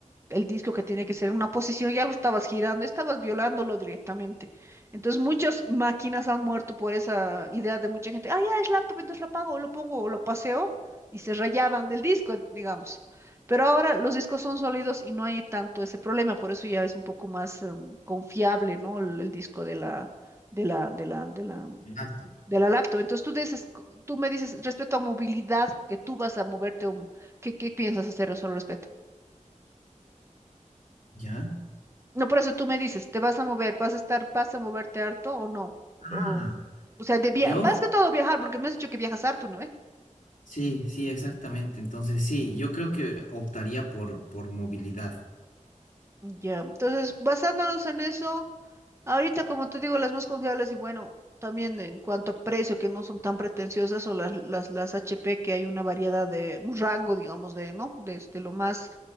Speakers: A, on the right; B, on the left.
A: el disco que tiene que ser en una posición, ya lo estabas girando, estabas violándolo directamente. Entonces, muchas máquinas han muerto por esa idea de mucha gente, ah, ya es laptop, entonces la apago, o lo pongo, o lo paseo, y se rayaban el disco, digamos. Pero ahora los discos son sólidos y no hay tanto ese problema, por eso ya es un poco más, mm, confiable, ¿no? El, el disco de la, de la, de la, de la
B: laptop,
A: de la laptop. Entonces tú dices, tú me dices respecto a movilidad, que tú vas a moverte, o ¿qué, qué piensas hacer eso al respecto?
B: ¿ya?
A: No, por eso tú me dices, ¿te vas a mover? ¿Vas a estar, vas a moverte harto o no?
B: Mm,
A: O, o sea, de via-
B: yo,
A: más que todo viajar, porque me has dicho que viajas harto, ¿no ve?
B: sí, sí, exactamente. Entonces, sí, yo creo que optaría por, por movilidad.
A: Ya, entonces basándonos en eso, ahorita como te digo, las más confiables y bueno, también en cuanto a precio, que no son tan pretenciosas, o las, las, las HP, que hay una variedad de, un rango, digamos, de, ¿no? Desde lo más